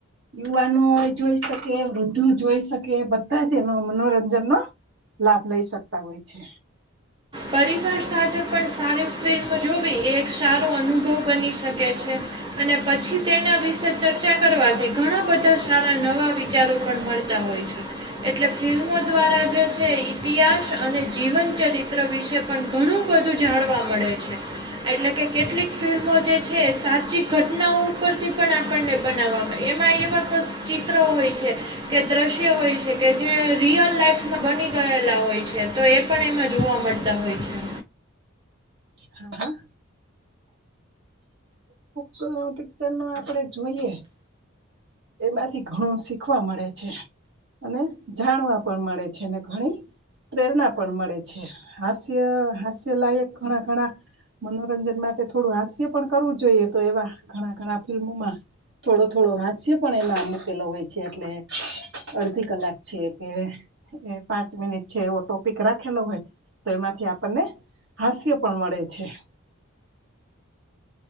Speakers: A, on the right; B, on the right.
A: યુવાનો જોઈ શકે, વૃદ્ધુ જોઈ શકે બધાં જ એનો મનોરંજનનો. લાભ લઈ શકતા હોય છે.
B: પરિવાર સાથે પણ સારી ફિલ્મ જોવી એક સારો અનુભવ બની શકે છે. અને પછી તેના વિશે ચર્ચા કરવાથી ઘણા બધાં સારા નવા વિચારો પણ મળતા તા હોય છે એટલે ફિલ્મો દ્વારા જે છે ઇતિહાસ અને જીવન ચરિ ત્ર વિશે પણ ઘણું બધું જાણવા મળે છે એટલે કે કેટલીક ફિલ્મો જે છે સાચી ઘટનાઓ ઉપરથી પણ આપણને બનાવવામાં એમાં એવા ક ચિત્રો હોય છે કે દ્રશ્ય હોય છેકે જે રિયલ લાઈફમાં બની ગયેલા હોય છે. તો એ પણ એમાં જોવા મળતા હોય છે.
A: હા હા તો પિક્ચરનો આપડે જોઈએ. એમાંથી ઘણું શીખવા મળે છે. અને જાણવા પણ મળે છેને ઘણી પ્રેરણા પણ મળે છે હાસ્ય, હાસ્યલાયક ઘણા ઘણા મનોરંજન માટે થોડું હાસ્ય પણ કરવું જોઈએ તો એવા ઘણા ઘણા ફિલ્મોમાં થોડો થોડો હાસ્ય પણ એમાં મૂકેલો હોય છે એટલે અડધી કલાક છે કે એ પાંચ મિનિટ છે એવો ટોપિક રાખેલો હોય. તો એમાંથી આપણને હાસ્ય પણ મળે છે.